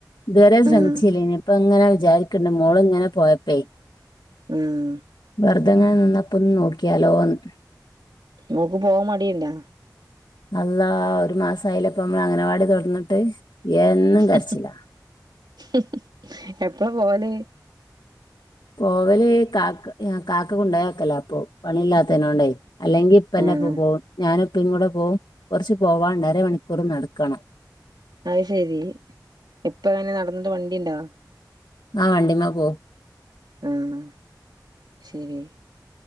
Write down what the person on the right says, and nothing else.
ആഹ്
ഉം
മോക്ക് പോവാൻ മടിയുണ്ടാ?
ഹും ഹും ഹും ഹും എപ്പളാ പോല്?
ആഹ്
അത് ശരി ഇപ്പങ്ങനെ നടന്നിട്ട് വണ്ടിണ്ടോ?
ഉം ശരി